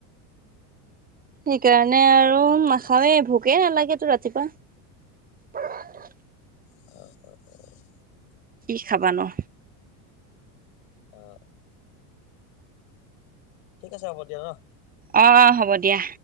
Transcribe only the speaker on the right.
সেইকাৰণে আৰু নাখাওৱে, ভোকেই নালাগেতো ৰাতিপুৱা। অ <unintelligible>
কি খাবা নো?
অ-অ হ'ব দিয়া।